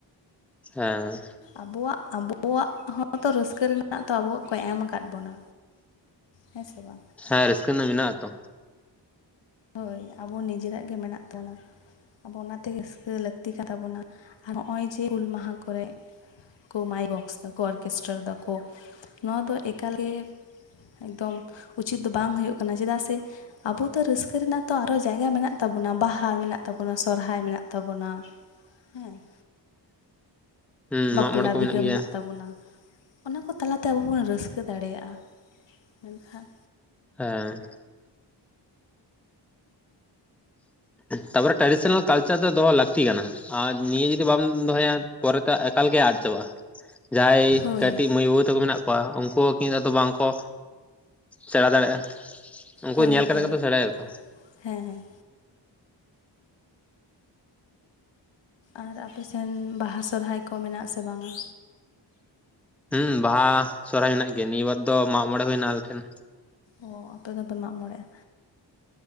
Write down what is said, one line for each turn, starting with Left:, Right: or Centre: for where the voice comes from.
Centre: ᱦᱮᱸ᱾
Left: ᱟᱵᱚᱣᱟᱜ ᱟᱵᱚᱣᱟᱜ ᱦᱚᱸᱛᱚ ᱨᱟᱹᱥᱠᱟᱹ ᱨᱮᱱᱟᱜ ᱛᱚ ᱟᱵᱚᱣᱟᱜ ᱠᱚ ᱮᱢ ᱟᱠᱟᱫ ᱵᱚᱱᱟ᱾ ᱦᱮᱸ ᱥᱮ ᱵᱟᱝ᱾
Centre: ᱦᱮᱸ ᱨᱟᱹᱥᱠᱟᱹ ᱨᱮᱱᱟᱜ ᱢᱮᱱᱟᱜ-ᱟ ᱛᱚ᱾
Left: ᱦᱳᱭ ᱟᱵᱚ ᱱᱤᱡᱮᱨᱟᱜ ᱜᱮ ᱢᱮᱱᱟᱜ ᱛᱟᱵᱚᱱᱟ᱾ ᱟᱵᱚ ᱚᱱᱟ ᱛᱮᱜᱮ ᱨᱟᱹᱥᱠᱟᱹᱭ ᱞᱟᱹᱠᱛᱤ ᱠᱟᱱ ᱛᱟᱵᱚᱱᱟ ᱟᱨ ᱱᱚᱜ-ᱚᱭ ᱡᱮ ᱦᱩᱞ ᱢᱟᱦᱟ ᱠᱚᱨᱮ ᱠᱚ ᱢᱟᱭᱤᱠ ᱵᱚᱠᱥ ᱫᱟᱠᱚ ᱚᱨᱜᱮᱥᱴᱟᱨ ᱫᱟᱠᱚ ᱱᱚᱣᱟ ᱫᱚ ᱮᱠᱟᱞ ᱜᱮ ᱮᱠᱫᱚᱢ ᱩᱪᱤᱛ ᱫᱚ ᱵᱟᱝ ᱦᱩᱭᱩᱜ ᱠᱟᱱᱟ ᱪᱮᱫᱟᱜ ᱥᱮ ᱟᱵᱚ ᱫᱚ ᱨᱟᱹᱥ ᱠᱚ ᱨᱮᱱᱟᱜ ᱛᱚ ᱟᱨᱚ ᱡᱟᱭᱜᱟ ᱢᱮᱱᱟᱜ ᱛᱟᱵᱚᱱᱟ ᱵᱟᱦᱟ ᱢᱮᱱᱟᱜ ᱛᱟᱵᱚᱱᱟ ᱥᱚᱦᱨᱟᱭ ᱢᱮᱱᱟᱜ ᱛᱟᱵᱚᱱᱟ᱾ ᱦᱮᱸ᱾
Centre: ᱦᱩᱸ
Left: ᱵᱟᱯᱞᱟ
Centre: ᱢᱟᱜ ᱢᱚᱬᱮ ᱠᱚ
Left: ᱵᱤᱦᱟᱹ
Centre: ᱜᱮᱭᱟ
Left: ᱢᱮᱱᱟᱜ ᱛᱟᱵᱚᱱᱟ᱾ ᱚᱱᱟ ᱠᱚ ᱛᱟᱞᱟᱛᱮ ᱟᱵᱚ ᱵᱚᱱ ᱨᱟᱹᱥᱠᱟᱹ ᱫᱟᱲᱮᱭᱟᱜᱼᱟ ᱢᱮᱱᱠᱷᱟᱱ
Centre: ᱦᱮᱸ᱾ ᱛᱟᱯᱚᱨᱮ ᱴᱨᱟᱰᱤᱥᱚᱱᱟᱞ ᱠᱟᱞᱪᱟᱨ ᱫᱚ ᱫᱚᱦᱚ ᱞᱟᱹᱠᱛᱤ ᱠᱟᱱᱟ ᱟᱨ ᱱᱤᱭᱟᱹ ᱡᱩᱫᱤ ᱵᱟᱢ ᱫᱚᱦᱚᱭᱟ ᱯᱚᱨᱮ ᱛᱮ ᱮᱠᱟᱞ ᱜᱮ ᱟᱫ ᱪᱟᱵᱟᱜᱼᱟ᱾ ᱡᱟᱦᱟᱸᱭ
Left: ᱦᱳᱭ
Centre: ᱠᱟᱹᱴᱤᱡ ᱢᱟᱹᱭ ᱵᱟᱹᱵᱩ ᱛᱟᱠᱚ ᱢᱮᱱᱟᱜ ᱠᱚᱣᱟ ᱩᱱᱠᱩ ᱠᱤᱱᱛᱩ ᱟᱫᱚ ᱵᱟᱝᱠᱚ ᱥᱮᱢᱟ ᱫᱟᱲᱮᱭᱟᱜᱼᱟ, ᱩᱝᱠᱩ
Left: ᱦᱳᱭ
Centre: ᱧᱮᱞ ᱠᱟᱛᱮ
Left: ᱦᱳᱭ
Centre: ᱜᱮᱛᱚ ᱥᱮᱢᱟᱭ ᱦᱩᱭᱩᱜ-ᱟ ᱛᱚ
Left: ᱦᱮᱸ᱾ ᱟᱨ ᱟᱯᱮ ᱥᱮᱱ ᱵᱟᱦᱟ ᱥᱚᱨᱦᱟᱭ ᱠᱚ ᱢᱮᱱᱟᱜ-ᱟ ᱥᱮ ᱵᱟᱝᱟ?
Centre: ᱦᱮᱸ ᱵᱟᱦᱟ ᱥᱚᱨᱦᱟᱭ ᱢᱮᱱᱟᱜ ᱜᱮᱭᱟ ᱱᱤᱭᱟᱹ ᱵᱟᱨ ᱫᱚ ᱢᱟᱜ ᱢᱚᱬᱮ ᱦᱩᱭᱱᱟ ᱟᱞᱮ ᱴᱷᱮᱱ
Left: ᱚ ᱟᱯᱮ ᱫᱚᱯᱮ ᱢᱟᱜ ᱢᱚᱬᱮᱜ-ᱟ